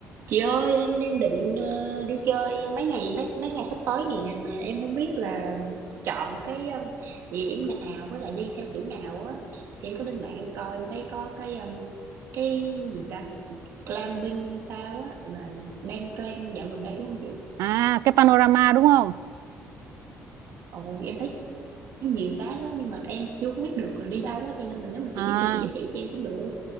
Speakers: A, on the right; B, on the right.
A: Chị ơi, em đang định ờ, đi chơi mấy ngày mấy, mấy ngày sắp tới nè mà em không biết là chọn cái um, địa điểm nào với lại đi theo kiểu nào á thì em có lên mạng em coi em thấy có cái um, cái gì ta glamping hay sao á là đang trend dạo gần đây đúng không chị?
B: À, cái panorama đúng không?
A: Ồ em thấy nhiều cái lắm nhưng mà em chưa có biết được là đi đâu á cho nên là nếu mà
B: À,
A: chị biết thì chị giới thiệu cho em cũng được.